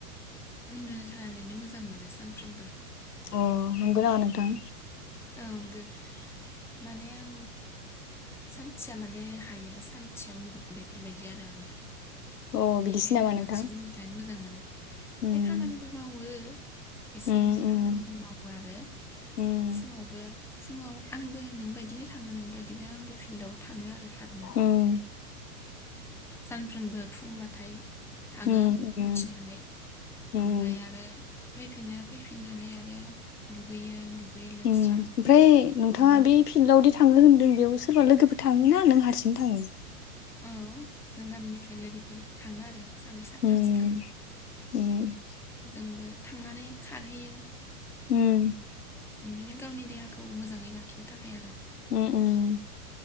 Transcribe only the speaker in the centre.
उन्दुना <unintelligible> मोजां मोनो सानफ्रोमबो
औ नंगौ माने आं सानसेया माने हायोबा सानसेयाव उन्दुगोन बेफोरबायदि आरो आंनिया
बेनिखायनो
आं
बांसिन उन्दुनानै मोजां मोनो ओमफ्राय
खामानिबो मावो एसे
एनै खामानिबो
मावो आरो
<unintelligible> फुङाव आंबो नों बादिनो थाङो नोंबादिनो आंबो फिल्डआव थाङो आरो खारनो
सानफ्रोमबो फुंबाथाय थाङो
उथिनानै
ओमफाय आरो फैफिनो फैफिननानै आरो दुगैयो दुगै लोबस्रां
बिनि
औ जों गामिनिफ्राय लोगोफोर थाङो आरो सानै साथामसो
थाङो
जोंबो थांनानै खारहैयो
बिदिनो गावनि देहाखौ मोजाङै लाखिनो थाखाय आरो